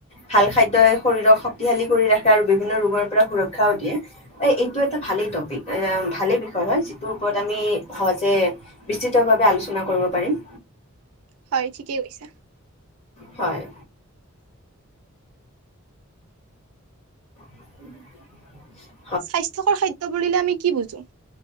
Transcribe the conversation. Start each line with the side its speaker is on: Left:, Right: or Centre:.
Left: ভাল খাদ্যই শৰীৰক শক্তিশালী কৰি ৰাখে আৰু বিভিন্ন ৰোগৰ পৰা সুৰক্ষাও দিয়ে এইটো এটা ভালেই টপিক ভালেই বিষয় হয় যিটোৰ ওপৰত আমি সহজে বিস্তৃতভাৱে আলোচনা কৰিব পাৰিম।
Right: হয় ঠিকেই কৈছা।
Left: হয়। <unintelligible>
Right: স্বাস্থ্যকৰ খাদ্য বিল আমি কি বুজো,